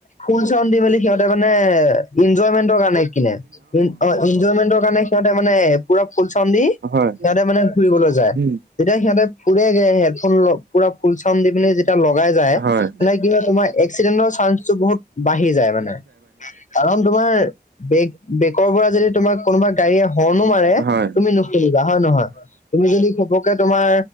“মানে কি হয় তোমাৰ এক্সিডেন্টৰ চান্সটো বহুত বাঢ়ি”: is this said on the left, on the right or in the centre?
Left